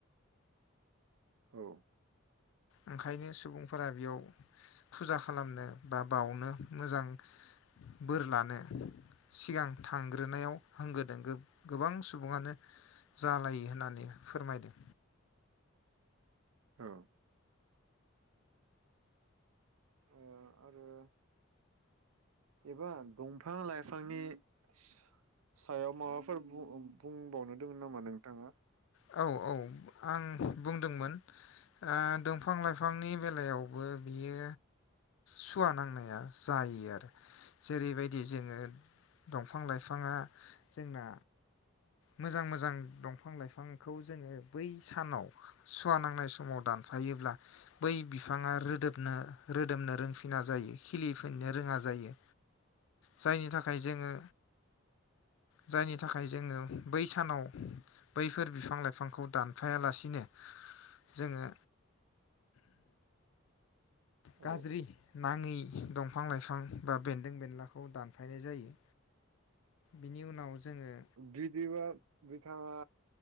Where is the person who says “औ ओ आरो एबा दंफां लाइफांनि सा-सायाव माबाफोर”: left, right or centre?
Right